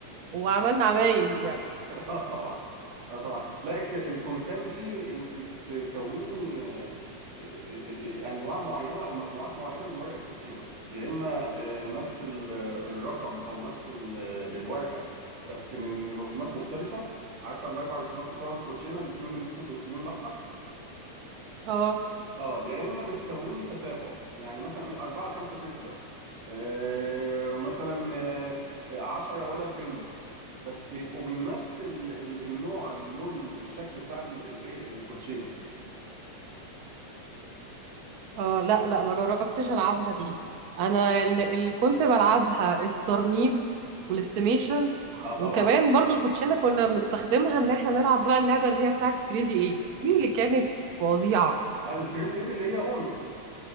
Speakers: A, on the right (about 80°); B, on the right (about 65°).
A: وعملنا عمايل يعني
B: <laughs> اه طبعا اه طبعا لا الك- الكونكام دي انت بتكوني آه، آه، آه، آه، انواع معينه او مجموعات معينه من ورق الكوتشينه يا اما آه، نفس ال- آه، الرقم او نفس ال- آه، الورقه بس من رسومات مختلفه عارفه الاربع رسومات بتوع الكوتشينه الاثنين الاسود والاثنين الاحمر
A: اه
B: اه يا اما بتكوني تتابع يعني مثلا ايه 4 5 6 آه، مثلا آه، آه، عشرة ولد بنت بس يبقوا من نفس ال- ال- النوع اللون الشكل بتاع الايه الكوتشينه
A: اه لا لا ما جربتش العبها دي انا اللي, اللي كنت بلعبها الترنيب والاستيميشن
B: اه طبعا
A: وكمان برضو الكوتشينه كنا بنستخدمها ان احنا نلعب بقى اللعبه اللي هي بتاعت كريزي ايت دي اللي كانت فظيعه
B: آه، الكريزي ايت اللي هي اونو